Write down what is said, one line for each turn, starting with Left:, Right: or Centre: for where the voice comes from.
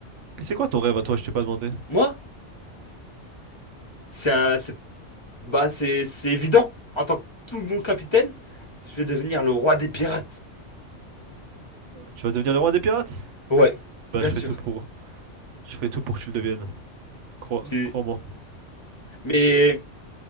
Right: Et c'est quoi ton rêve à toi, je t'ai pas demandé?
Left: Moi? C'est un... c'est- Bah, c'est... C'est évident. En tant que tout bon capitaine, je vais devenir le roi des pirates.
Right: Tu vas devenir le roi des pirates?
Left: Ouais,
Right: Bah,
Left: bien
Right: je ferai
Left: sûr.
Right: tout pour. Je ferai tout pour que tu le deviennes. Crois,
Left: Tu-
Right: crois-moi.
Left: Mais